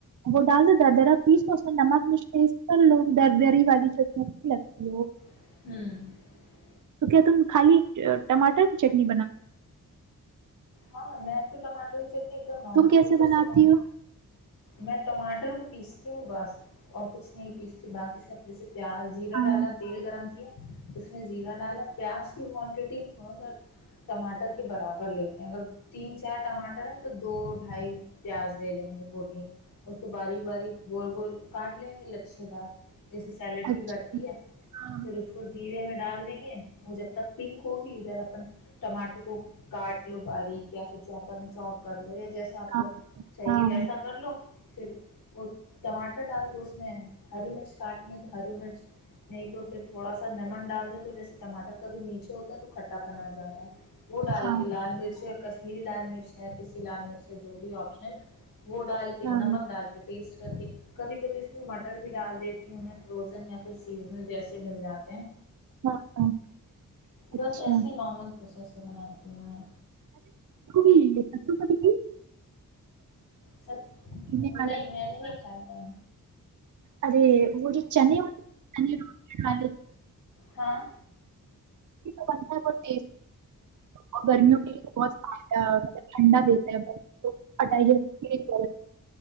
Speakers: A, on the right; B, on the left.
A: وہ ڈال دیتا درا پیسو اس میں نمک مھس پر لوگ دردری والی چک لگتی وہ
B: ہوں
A: تو کیا تم خالی ٹماٹر کی چٹنی بنا
B: ہاں نہیں تو ٹمٹر تنی ایک دم نارمل
A: تم کیسے
B: پروسیس
A: بناتی
B: سے بنا
A: ہو
B: میں ٹماٹر کو پیستی ہوں بس اور کچھ نہیں پیستی باقی سب جیسی پیاز زرا
A: ہاں
B: ڈالا تل گرم کیا اس میں زیرہ ڈالا پیاز کی کوانٹیٹی میں تھوڑا سا ٹماٹر کے برابر لیتے ہیں اگر تین چار ٹماٹر ہے تو دو ڈھائی پیاز لے لیں گے پوٹی اس کو باریک باریک گول گول کاٹ لیں گے لچھے دار جیسے سیلیڈ کی
A: اچھا
B: کٹتی ہے
A: ہاں
B: پھر اس کو زیرے میں ڈال وہ جب تک پنک ہوگی ادھر اپن ٹماٹر کو کاٹ لو باریک یا پھر چوپر میں چاپ کر لو یا جیسا آپ کو
A: ہاں
B: چاہیے
A: ہاں
B: ویسا کر لو پھر وہ ٹماٹر ڈال دو اس میں ہری مرچ کاٹنی ہے تو ہری مرچ نہیں تو پھر تھوڑا سا نمن ڈال دو تو جیسے ٹماٹر کبھی میچھے ہوتا ہیں تو کھٹا پن آ جاتا ہے وہ ڈال
A: ہاں
B: کے لال مرچ ہری لال مرچ ہے پسی لال مرچ ہے جو بھی آپشنل وہ ڈال کے
A: ہاں
B: نمک ڈال کے ٹیسٹ کر کے کبھی کبھی اس میں مٹر بھی ڈال دیتی ہوںہیں فروزن یا پھر سیزنل جیسے مل جاتے ہیں
A: ہاں اچھا
B: بس ایسے ہی نارمل پروسیس سے بناتی ہیں
A: کڑی ک پ کی
B: سچ
A: پینے
B: نہیں
A: والا
B: میں نے نہیں کھایا تھا
A: ارے وہ جو چنے ہو چنے رنے والے
B: ہاں
A: بنت گتی اور گرمیوں کے لیے بہت طب ٹھنڈا دیتا ہے بٹ